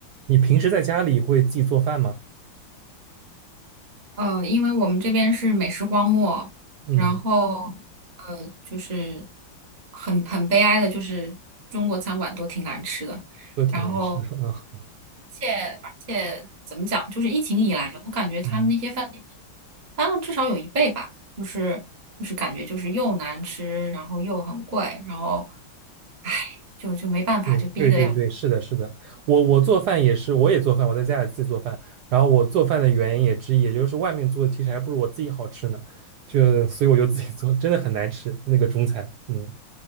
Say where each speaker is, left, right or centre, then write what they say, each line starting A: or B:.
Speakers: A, on the right (about 75°); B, on the right (about 25°).
A: 你平时在家里会自己做饭吗？
B: 呃，因为我们这边是美食荒漠，
A: 嗯，
B: 然后呃，就是很很悲哀的，就是中国餐馆都挺难吃的。
A: 都挺难吃的啊。
B: 然后，而且而且怎么讲，就是疫情以来，我感觉他们那些饭店
A: 嗯，
B: 翻了至少有一倍吧，就是就是感觉就是又难吃，然后又很贵，然后唉，就就没办法，
A: 对对对对，
B: 就逼的样子。
A: 是的，是的。我我做饭也是，我也做饭，我在家里自己做饭。然后我做饭的原因也之一，也就是外面做的其实还不如我自己好吃呢。就所以我就自己做，真的很难吃那个中餐。嗯